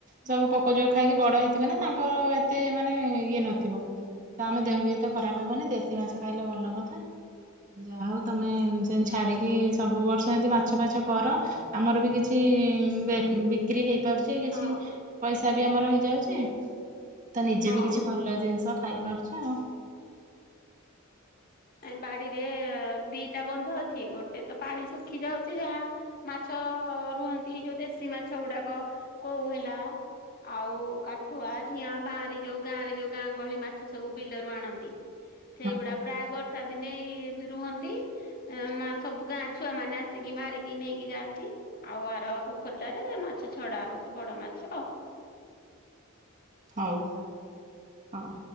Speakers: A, on the right (about 40°); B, on the left (about 45°).
A: ସବୁ ପୋକ ଯଉ ଖାଇକି ବଡ ହେଇଥିବ ନା ତାଙ୍କର ଏତେ ମାନେ ଇଏ ନଥିବ। ତ ଆମ ଦେହ ବି ଏତେ ଖରାପ ହବନି ଦେଶୀ ମାଛ ଖାଇଲେ ଭଲ କଥା। ଯାହା ହଉ ତମେ ସେମିତି ଛାଡ଼ିକି ସବୁ ବର୍ଷ ଏମିତି ମାଛ ଫାଛ କର ଆମର ବି କିଛି ବେଁ ବି କ୍ରି ହେଇ ପାରୁଛି କିଛି
B: ହଁ
A: ପଇସା ବି ଆମର ହେଇଯାଉଛି ତ ନିଜେ
B: ହଁ
A: ବି କିଛି ଭଲ ଲ ଜିନିଷ ଖାଇପାରୁଛି ଆଉ।
B: ଏ ବାଡିରେ ଦିଟା ବନ୍ଧ ଅଛି ଗୋଟେ ତ ପାଣି ଶୁଖି ଯାଉଛି ଯାହା ମାଛ ରୁହନ୍ତି ଯୋଉ ଦେଶୀ ମାଛ ଗୁଡାକ କୋଉ ହେଲା ଆଉ କାଠୁଆ, ଝିଆଁ ବାଁରି ଯୋଉ ଗାଁ ରେ ଯୋଉ ଗାଁ ଗହଳି ମାଛ ସବୁ ବିଲରୁ ଆଣନ୍ତି।
A: <inaudible>
B: ସେଇଗୁଡା ପ୍ରାୟ ବର୍ଷା ଦିନେଇ ରୁହନ୍ତି। ମା ସବୁ ଗାଁ ଛୁଆ ମାନେ ଆସିକି ମାରିକି ନେଇକି ଯାଆନ୍ତି। ଆଉ ଆର ପୋଖରୀଟାରେ ମାଛ ଛଡା ହଉଛି ବଡ ମାଛ ଆଉ।
A: ହଉ ହଉ।